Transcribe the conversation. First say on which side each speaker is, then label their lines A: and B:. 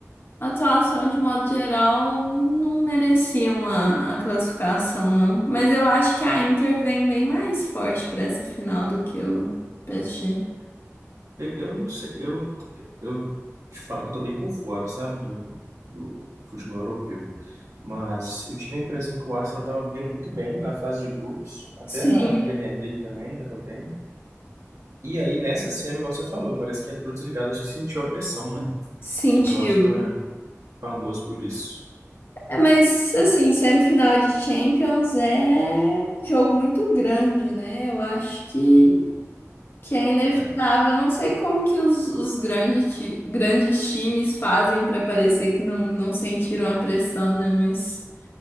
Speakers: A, on the left; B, on the right.
A: A atuação, de modo geral, não mereciam a, a classificação, não. Mas eu acho que a Inter vem bem mais forte para essa final do que o PSG.
B: Eu, eu não sei, eu, eu te falo que eu tô bem por fora, sabe, do, do futebol europeu. Mas eu tive a impressão que o Arsenal tava vindo muito bem na fase de grupos, até
A: Sim,
B: na Premier League também, tava bem. E aí nessa semi, igual você falou, parece que entrou desligado, acho que sentiu a pressão, né? O
A: sentiu.
B: time do Arsenal é famoso por isso.
A: É, mas, assim, semifinal de Champions é um jogo muito grande, né? Eu acho que, que é inevitável.
B: É,
A: Eu não sei como que os, os grandes, ti- grandes times fazem para parecer que não, não sentiram a pressão, né? Mas